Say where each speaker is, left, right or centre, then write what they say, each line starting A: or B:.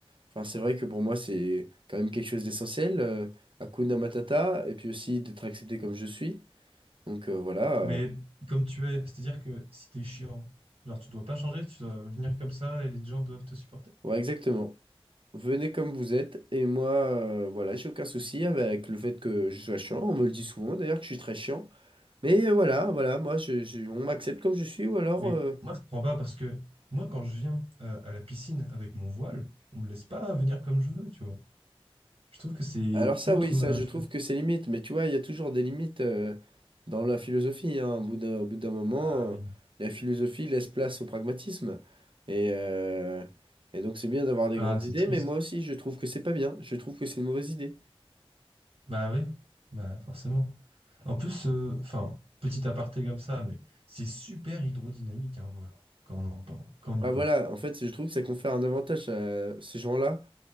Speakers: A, on the right (about 55°); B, on the right (about 75°).
A: Enfin, c'est vrai que pour moi, c'est quand même quelque chose d'essentiel, euh, Hakuna Matata, et puis aussi d'être accepté comme je suis. Donc euh, voilà, euh,
B: Mais comme tu es, c'est-à-dire que si t'es chiant, genre tu dois pas changer, tu dois venir comme ça et les gens doivent te supporter.
A: ouais, exactement. Venez comme vous êtes, et moi, euh, voilà, j'ai aucun souci avec le fait que je sois chiant. On me le dit souvent, d'ailleurs, que je suis très chiant. Mais euh, voilà, voilà, moi, je, je- on m'accepte comme je suis, ou alors,
B: Mais
A: euh,
B: moi, je comprends pas parce que moi, quand je viens euh, à la piscine avec mon voile, on me laisse pas venir comme je veux, tu vois. Je trouve que c'est
A: Alors ça,
B: contre
A: oui, ça,
B: ma
A: je
B: philosophie.
A: trouve que c'est limite, mais tu vois, il y a toujours des limites euh, dans la philosophie. hein. Au bout d'un, au bout d'un moment,
B: Ah oui.
A: euh, la philosophie laisse place au pragmatisme. Et, euh, et donc c'est bien d'avoir des
B: Ah,
A: grandes
B: c'est
A: idées,
B: triste.
A: mais moi aussi, je trouve que c'est pas bien. Je trouve que c'est une mauvaise idée.
B: Bah oui, bah forcément. En plus, euh, enfin, petit aparté comme ça, mais c'est super hydrodynamique un voile, hein, quand on, en pen- quand on y
A: Ah
B: pense.
A: voilà, en fait, je trouve que ça confère un avantage à ces gens-là.